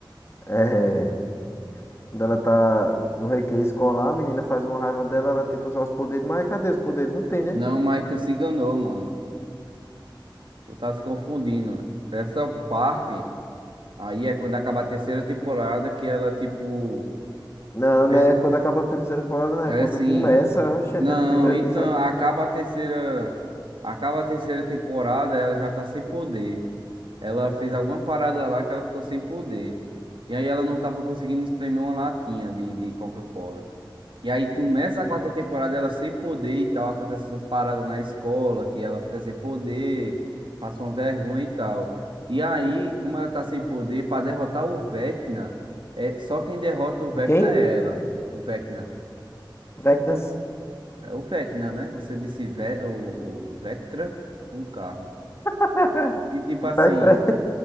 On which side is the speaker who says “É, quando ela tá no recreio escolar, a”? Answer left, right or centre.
Left